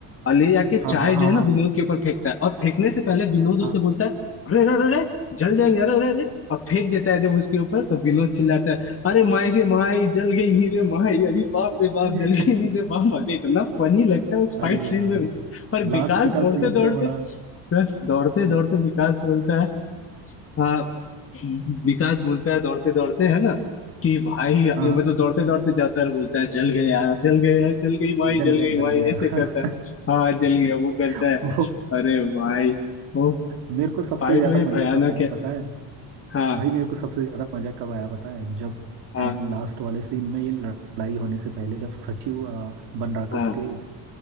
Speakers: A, on the left; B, on the right.
A: और ले जाके
B: हाँ
A: चाय
B: हाँ हाँ
A: जो है
B: हाँ
A: ना विनोद के ऊपर फेंकता है और फेंकने से पहले विनोद उससे
B: हाँ
A: बोलता है अरे अरे अरे अरे, जल जाएंगे अरे अरे अरे और फेंक देता है जब उसके ऊपर तो विनोद चिल्लाता है अरे माई रे माई जल गई नी रे माई अरे बाप
B: <laughs>
A: रे बाप जल गई नी रे बाप अरे इतना फनी लगता है उस
B: अरे
A: फाइट सीन
B: यार
A: में पर
B: लास्ट
A: विकास
B: का
A: दौड़ते
B: सीन तो
A: दौड़ते
B: बड़ा
A: बस दौड़ते दौड़ते
B: हम्म,
A: विकास बोलता है हाँ विकास बोलता है दौड़ते दौड़ते है ना कि भाई ये
B: हाँ हाँ,
A: मतलब दौड़ते दौड़ते जाता है और बोलता है जल गया यार, जल गया यार, जल गई माई
B: जल
A: जल
B: गया
A: गई
B: जल
A: माई
B: गया
A: ऐसे
B: <laughs>
A: करता है हाँ जल गया वो करता है
B: वो
A: अरे भाई वो
B: मेरे को सबसे
A: फाइट
B: ज्यादा
A: में
B: मजा
A: भयानक
B: कब आया
A: है
B: पता है
A: हाँ
B: भाई मेरे को सबसे ज्यादा मजा कब आया पता है जब
A: हाँ
B: एंड लास्ट वाले सीन में ये लड़ाई होने से पहले जब सचिव अ, बनराकस
A: हाँ
B: के अ,